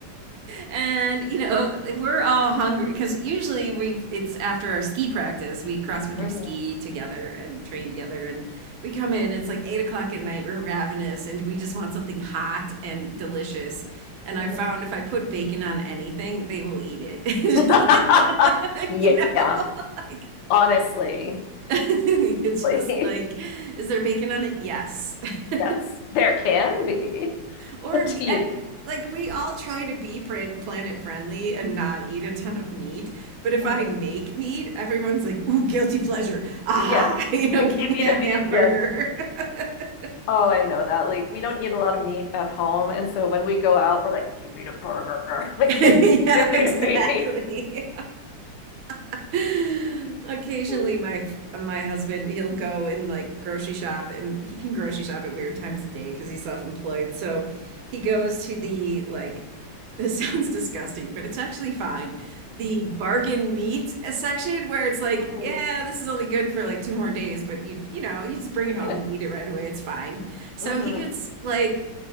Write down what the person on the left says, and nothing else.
hmm
hmm
<laughs>
Yeah.
Honestly,
honestly.
<laughs>
Yes, there can be <laughs>
a team.
hmm
Yes,
a kimmy
to meat.
Yep.
Oh, I know that. Like, we don't eat a lot of meat at home, and so when we go out, we're like, "Give me the burger, <laughs> like,
give, give me
the meat."
<laughs>
hmm
hmm
You know.
hmm